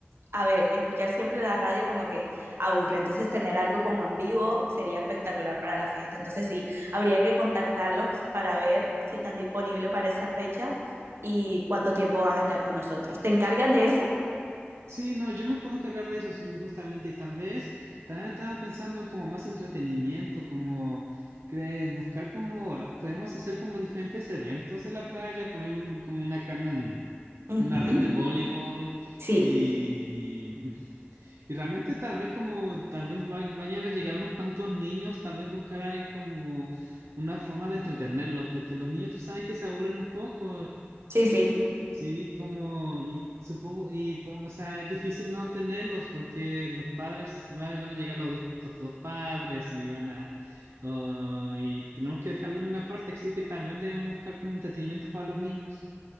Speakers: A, on the right (about 70°); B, on the right (about 85°).
A: a ver, escuchar siempre la radio como que aburre, entonces tener algo como en vivo sería espectacular para la fiesta. Entonces sí, habría que contactarlos para ver si están disponibles para esa fecha y cuánto tiempo van a estar con nosotros. ¿Te encargan de eso?
B: Sí, no, yo me puedo encargar de eso sí, justamente y tal vez también estaba pensando en como más entretenimiento, como cre- buscar como hora- podemos hacer como diferentes eventos de la playa, poner un- como una cana, mm,
A: Ujú.
B: una red de voleibol
A: Sí,
B: y y realmente tal vez como tal vez va- vayan a llegar unos cuantos niños, tal vez buscar a alguien como una forma de entretenerlos, porque los niños tú sabes que se aburren un poco
A: sí, sí.
B: Sí, como, y supongo, y bueno, o sea, es difícil no tenerlos porque los padres van, van a llegar los dos, los dos padres y van a, oh, y tenemos que dejarlo en una parte, así que también debemos buscar como entretenimiento para los niños.